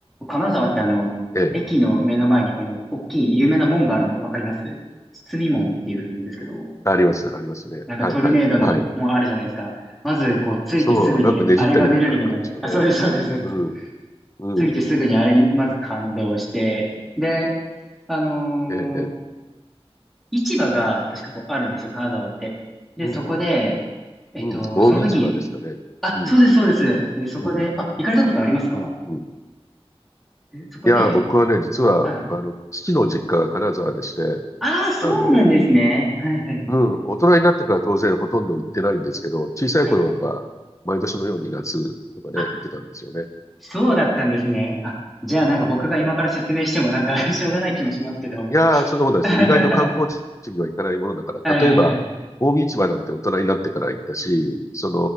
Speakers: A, in the centre; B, on the left (about 30°).
A: 金沢ってあの、
B: ええ。
A: 駅の目の前にあの、大きい有名な門があるのわかります堤門っていうふうに言うんですけど、
B: あります。ありますね。
A: なんかトルネードの門あるじゃないですか。
B: はい、はい。はい。
A: まず、こう、ついてすぐに、
B: そう、なんかねじったみたいな形のね。
A: あれが見れるのがね、あ、そうです、そうです、そうです。
B: うん。うん。
A: 着いてすぐにあれにまず感動して、で、あのー
B: ええ、ええ。
A: 市場が確かこうあるんですよ、金沢って。で、
B: うん。
A: そこで、えっと、
B: うん。近江市場ですかね。
A: その時、あ、
B: うん。
A: そうです、そうです。で、そこで、
B: うん。
A: あ、行かれたことありますか
B: うん。うん。
A: でそこで、
B: いやー、僕はね、実は、
A: はい。
B: あの、父の実家が金沢でして、
A: ああ、そうなんですね。
B: あの、
A: はい、はい、
B: うん、大人になってから当然ほとんど行ってないんですけど、小さい頃は毎年のように夏とかね、
A: はい。あ、
B: 行ってたんですよね。
A: そうだったんですね。あ、じゃあなんか僕が今から説明してもなんか
B: うん、
A: <laughs> しょうがない気もしますけど。
B: いやー、そんなことないです。
A: <laughs> は
B: 意外と観光地には行かないものだから、
A: い、はい、
B: 例えば、
A: はい。
B: 近江市場なんて大人になってから行ったし、そ